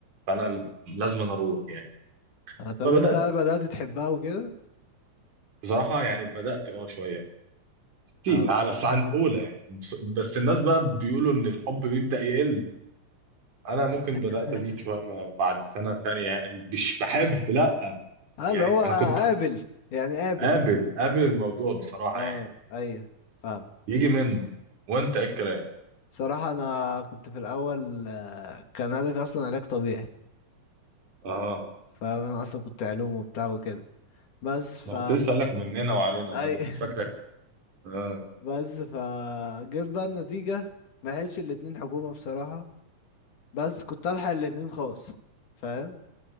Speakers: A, on the right; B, on the left.
A: فانا ال- لازم أنا اروح يعني
B: آه، طب
A: فبدات
B: انت هل بدأت تحبها وكده
A: بصراحه يعني بدات اه شويه كتير
B: اه
A: آه، بس عن اولى يعني بس, بس الناس بقى بيقولوا ان الحب بيبدا يقل انا ممكن
B: <laughs>
A: بدات ازيد شويه بعد سنه تانية يعني مش بحب لا
B: آه،
A: يعني
B: اللي هو قابل
A: انا كنت
B: يعني قابل
A: قابل قابل الموضوع بصراحة
B: اه
A: يعني
B: ايوه فاهم
A: يجي منه وانت ايه الكلام
B: صراحة انا كنت في الاول آه، كان هدفي اصلا علاج طبيعي
A: اه
B: فانا اصلا كنت علوم وبتاع وكده بس
A: انا
B: ف
A: كنت لسه اقول لك مننا وعلينا آه،
B: اي
A: انا كنت
B: <laughs>
A: فاكرك اه
B: بس ف جت بقى النتيجة ما لحقتش الاتنين حكومة بصراحة بس كنت الحق الاتنين خاص فاهم